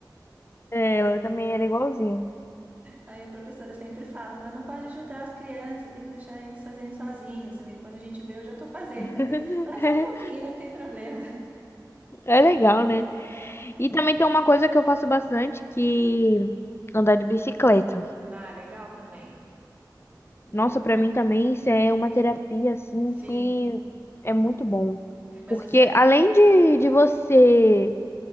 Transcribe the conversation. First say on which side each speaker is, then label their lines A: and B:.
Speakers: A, on the left; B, on the right.
A: É, ela também era igualzinha.
B: Aí a professora sempre fala, fala, não pode ajudar as crianças, tem que deixar eles fazerem sozinhos. E quando a gente vê, eu já estou fazendo
A: <laughs>
B: também. Fala, é só um pouquinho, não tem problema.
A: É legal, né?
B: É.
A: E também tem uma coisa que eu faço bastante, que andar de bicicleta.
B: Ah, legal também. Legal
A: Nossa, pra
B: também.
A: mim também isso é uma terapia assim
B: Sim.
A: que é muito bom.
B: Mas
A: Porque
B: você. é-
A: além de, de você.